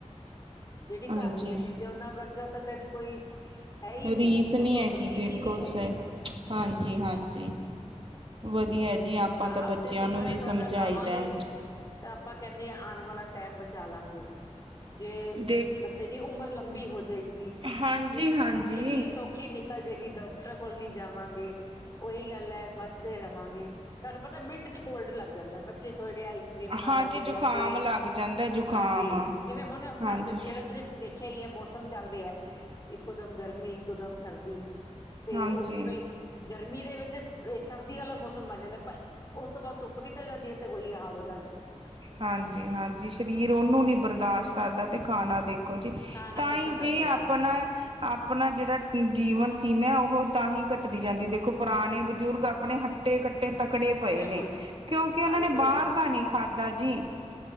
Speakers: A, on the left; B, on the right.
A: ਜਿਹੜੀ
B: ਹਾਂਜੀ
A: ਘਰ ਦੀਆਂ ਚੀਜ਼ਾਂ ਉਹਨਾਂ ਵਰਗਾ ਤਾਂ ਕਹਿੰਦੇ ਕੋਈ ਹੈ ਹੀ ਨੀ
B: ਰੀਸ ਨੀ
A: ਉਸ ਤੋਂ
B: ਹੈਗੀ
A: ਰੀਸ
B: ਬਿਲਕੁਲ
A: ਹੀ ਨੀ
B: ਸਹੀ
A: ਕਿਸੇ ਦੀ।
B: ਹਾਂਜੀ ਹਾਂਜੀ ਵਧੀਆ ਜੀ ਆਪਾਂ
A: ਸਾਫ
B: ਤਾਂ ਬੱਚਿਆਂ
A: ਤੇ ਸੁਥਰਾ
B: ਨੂੰ ਵੀ ਸਮਝਾਈਦਾ
A: ਖਾਣਾ ਖਾਵਾਂਗੇ ਤਾਂ ਆਪਾਂ ਕਹਿੰਦੇ ਆ ਆਣ ਵਾਲਾ ਟੈਮ ਬਚਾ ਲਾਂਗੇ ਜੇ
B: ਦੇ
A: ਬੰਦੇ ਦੀ ਉਮਰ ਲੰਬੀ ਹੋ ਜੇਗੀ
B: ਹਾਂਜੀ
A: ਜੇ
B: ਹਾਂਜੀ
A: ਜ਼ਿੰਦਗੀ ਸੌਖੀ ਨਿਕ ਚੱਲ ਜੇਗੀ ਡਾਕਟਰਾਂ ਕੋਲ ਨੀ ਜਾਵਾਂਗੇ ਉਹੀ ਗੱਲ ਹੈ ਬਚਦੇ ਰਵਾਂਗੇ। ਤੁਹਾਨੂੰ ਪਤਾ ਮਿੰਟ ਚ ਕੋਲਡ ਲੱਗ ਜਾਂਦਾ ਬੱਚੇ ਥੋੜੇ ਆਈਸ ਕਰੀਮ ਖਾ
B: ਹਾਂਜੀ
A: ਲੈਂਦੇ ਆ
B: ਜ਼ੁਕਾਮ
A: ਲੈ ਕੇ
B: ਲੱਗ ਜਾਂਦਾ ਜ਼ੁਕਾਮ
A: ਹਾਂਜੀ ਜਿਵੇਂ ਹੁਣ
B: ਹਾਂਜੀ
A: ਅੱ ਦੇਖਿਆ ਹੀ ਹੈ ਮੌਸਮ ਚੱਲ ਰਹੀਆ ਇੱਕੋ ਦਮ ਗਰਮੀ ਇੱਕੋ ਦਮ ਸਰਦੀ। ਤੇ
B: ਹਾਂਜੀ
A: ਉਹ ਕਿਵੇਂ ਗਰਮੀ ਦੇ ਵਿੱਚ ਸਰਦੀ ਵਾਲਾ ਮੌਸਮ ਬਣ ਜਾਂਦਾ ਪਰ ਉਸ ਤੋਂ ਬਾਦ ਧੁੱਪ ਨਿਕਲ ਜਾਂਦੀ ਹੈ। ਤੇ ਉਹੀ ਹਾਲ ਹੋ ਜਾਂਦਾ।
B: ਹਾਂਜੀ-ਹਾਂਜੀ ਸਰੀਰ ਉਹਨੂੰ ਨੀ ਬਰਦਾਸ਼ਤ ਕਰਦਾ ਤੇ ਖਾਣਾ ਦੇਖ
A: ਖਾਣਾ
B: ਤਾਂਹੀ
A: ਕਿੱਥੋਂ
B: ਜੀ
A: ਕਰਦਾ
B: ਆਪਣਾ
A: ਸੀ
B: ਆਪਣਾ ਜਿਹੜਾ ਜੀਵਨ ਸੀਮਾ ਉਹ ਤਾਂ ਹੀ ਘੱਟਦੀ ਜਾਂਦੀ ਦੇਖੋ ਪੁਰਾਣੇ ਬਜ਼ੁਰਗ ਆਪ ਆਪਣੇ ਹੱਟੇ-ਕੱਟੇ ਤਕੜੇ ਪਏ
A: ਬਿਲਕੁਲ
B: ਨੇ ਕਿਉਂਕਿ ਉਹਨਾਂ
A: ਅੱਜ
B: ਨੇ
A: ਤੋਂ
B: ਬਾਰ
A: ਵੀ ਵਧੀਆ
B: ਦਾ ਨੀ ਖਾਧਾ ਜੀ।